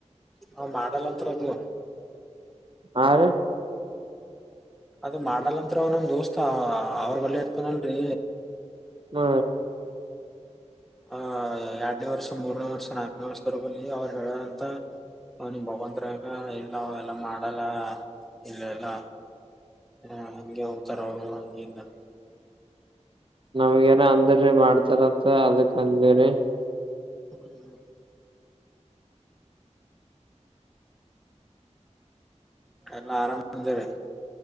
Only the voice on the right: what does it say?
ಹ
ಹ್ಮ
ನಮ್ಗ ಏನ ಅಂದ್ರೀ ಮಾಡ್ತಾರಂತ ಅದಕ್ ಅಂದಿರಿೀ